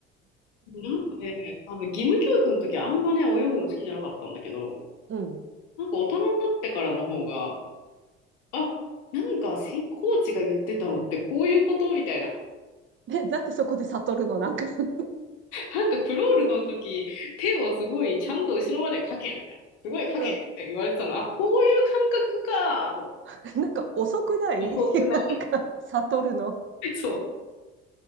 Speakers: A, on the left (about 75°); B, on the right (about 35°).
A: なんかね、多分義務教育の時はあんまね、泳ぐの好きじゃなかったんだけど、
B: うん。
A: なんか大人になってからの方が、あ、なんかせコーチが言ってたのってこういうことみたいな。
B: ね、なんでそこで悟るのなんか <laughs>
A: なんかクロールの時、手をすごいちゃんと後ろまでかけみたいな。すごいかけって言われてたの。
B: うん。
A: あ、こういう感覚かと思って。
B: <laughs> なんか遅くない
A: 多くな
B: <laughs> なんか悟るの。
A: いそ